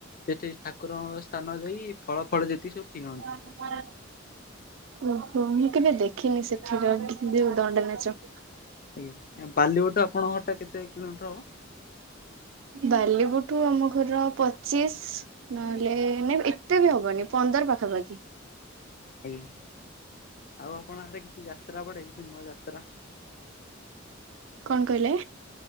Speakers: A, on the left; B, on the right.
A: ସେଠି ଠାକୁରଙ୍କ ସ୍ଥାନ ଯାଇ ଫଳ, ଫଳ ଯେତି ସବୁ ଫିଙ୍ଗନ୍ତି।
B: ହଁ ହଁ। ଓହୋ ମୁଁ କେବେ ଦେଖିନି ସେଠିର ଯୋଉ ଦଣ୍ଡନାଚ।
A: ଆଜ୍ଞା ବାଲିବୁଟ ଆପଣଙ୍କଟା କେତେ କିଲୋମିଟର ହବ?
B: ବାଲିବୁଠୁ ଆମ ଘର ପଚିଶି ନହେଲେ ନାଇଁ ଏତେ ବି ହବନି ପନ୍ଦର ପାଖାପାଖି।
A: ଆଜ୍ଞା ଆଉ ଆପଣଙ୍କ ଆଡ଼େ କିଛି ଯାତ୍ରା ପଡ଼େ କିଛି ନୂଆ ଯାତ୍ରା?
B: କଣ କହିଲେ?